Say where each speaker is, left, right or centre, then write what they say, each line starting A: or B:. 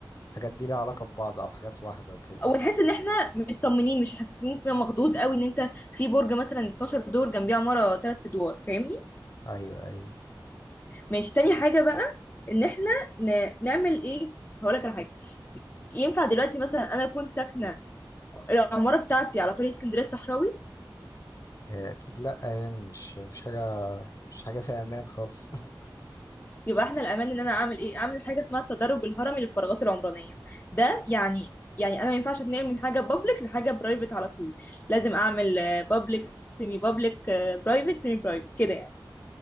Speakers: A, on the left; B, on the left.
A: الحاجات دي ليها علاقة ببعض او حاجات واحدة وكده
B: ونحس ان احنا مطمنين مش حاسين ان إنت مخضوض قوي ان انت في برج مثلا 12 دور جنبيه عماره 3 ادوار فاهمني
A: ايوه ايوه
B: ماشي تاني حاجه بقى ان احنا ن... نعمل ايه هقول لك على حاجه ينفع دلوقتي مثلا انا اكون ساكنه العماره بتاعتي على طريق اسكندريه الصحراوي
A: آه اكيد لا يعني مش مش حاجة مش حاجة فيها امان خالص <laughs>
B: يبقى احنا الامان ان انا اعمل ايه اعمل حاجه اسمها التدرج الهرمي للفراغات العمرانيه ده يعني يعني انا ما ينفعش اتنقل من حاجه بابليك لحاجه برايفت على طول لازم اعمل بابليك سيمي بابليك برايفت سيمي برايفت كده يعني